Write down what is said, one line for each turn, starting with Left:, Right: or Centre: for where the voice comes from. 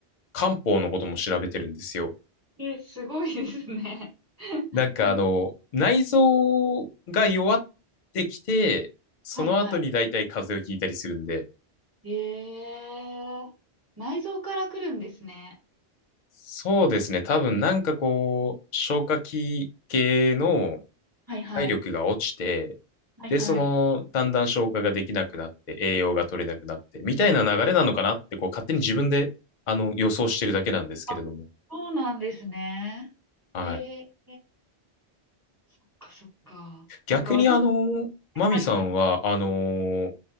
Left: 漢方のことも調べてるんですよ。
Right: え、すごいですね。<laughs>
Left: なんかあの内臓が弱っ
Right: ほん、
Left: てきて、その後に大体風邪をひいたりするんで、
Right: はいはい。えー、内臓から来るんですね。
Left: そうですね。多分なんかこう消化器系の
Right: はいはい。
Left: 体力が落ちて、
Right: はいはい。
Left: で、その、だんだん消化ができなくなって、栄養が取れなくなって、みたいな流れなのかなって、こう、勝手に自分で、あの、予想してるだけなんですけれども。
Right: あ、そうなんですね。
Left: はい。
Right: へえ、そっかそっか。
Left: 逆に、
Right: なんか私、
Left: あの、マミさんは、
Right: はいはい。
Left: あの